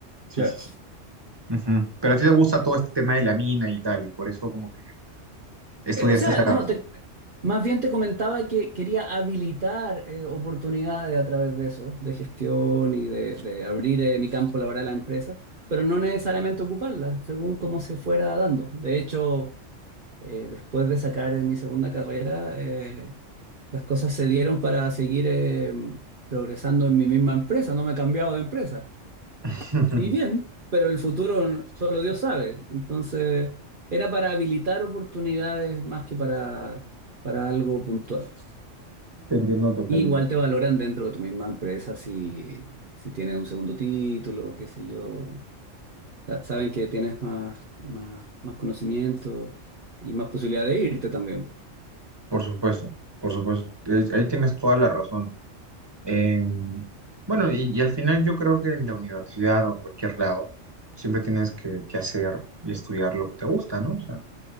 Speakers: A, on the right; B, on the right.
A: Sí,
B: Claro.
A: sí, sí. Ujú. Pero a ti te gusta todo este tema de la mina y tal, y por eso como que estudiaste
B: Eh, o sea,
A: esa carrera.
B: no, te- más bien te comentaba que quería habilitar eh, oportunidades a través de eso, de gestión y de, de abrir eh, mi campo laboral a la empresa, pero no necesariamente ocuparla, según cómo se fuera dando. De hecho, eh, después de sacar eh, mi segunda carrera, eh, las cosas se dieron para seguir eh, progresando en mi misma empresa, no me he cambiado de empresa.
A: <laughs>
B: Y bien, pero el futuro solo Dios sabe. Entonces, era para habilitar oportunidades más que para, para algo puntual.
A: Te entiendo totalmente.
B: Y igual te valoran dentro de tu misma empresa si, si tienes un segundo título, qué sé yo. Sa- Saben que tienes más, más, más conocimiento y más posibilidad de irte también. po.
A: Por supuesto, por supuesto. Es- Ahí tienes toda la razón. Eh, bueno, y, y al final yo creo que en la universidad o en cualquier lado, siempre tienes que, que hacer y estudiar lo que te gusta, ¿no? O sea,